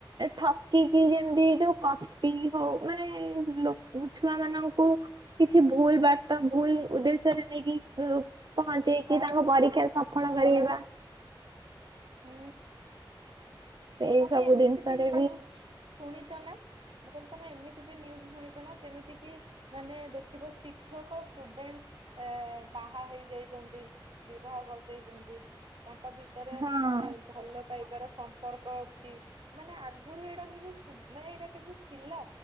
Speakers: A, on the right; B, on the right.
A: ଠକିକି ଯେମିତି ଯୋଉ କପି ହଉ ମାନେ ଲକ ମୁଁ ଛୁଆ ମାନଙ୍କୁ କିଛି ଭୁଲ୍ ବାଟ ଭୁଲ୍ ଉଦ୍ଦେଶ୍ୟରେ ନେଇକି। ଲେକ ପହଞ୍ଚେଇକି ତାଙ୍କ ପରୀକ୍ଷା ସଫଳ କରିବା।
B: ହୁଁ
A: ସେଇ
B: ତମେ
A: ସବୁ
B: ଏମିତି
A: ଜିନିଷରେ
B: ବି ନ୍ୟୁଜ୍ ଶୁଣିଚ ନା? ମୁଁ କହିଲି ତମେ ଏମିତି ବି ନ୍ୟୁଜ୍ ଶୁଣିଚ ନା ଯେମିତି କିି ମାନେ ଦେଖିବ ଶିକ୍ଷକ ଷ୍ଟୁଡେଣ୍ଟ ଏଁ ବାହା ହେଇ ଯାଇଛନ୍ତି। ବିବାହ କରିଦେଇଚନ୍ତି ତାଙ୍କ ଭିତରେ
A: ହଁ
B: ଭଲ ପାଇବାର ସମ୍ପର୍କ ଅଛି ମାନେ ଆଗରୁ ଏଇଟା କିଛି ମାନେ ଏଇଟା କିଛି ଥିଲା।